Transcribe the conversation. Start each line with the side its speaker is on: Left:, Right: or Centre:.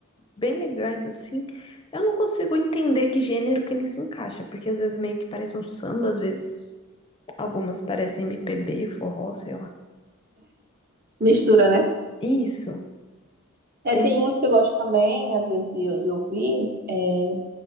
Left: bem legais assim. Eu não consigo entender que gênero que ele se encaixa, porque às vezes meio que parece um samba, às vezes algumas parecem MPB, forró, sei lá.
Right: Mistura, né?
Left: Isso.
Right: É,
Left: Tem.
Right: tem umas que eu gosto também, às vezes, de, de ouvir, é,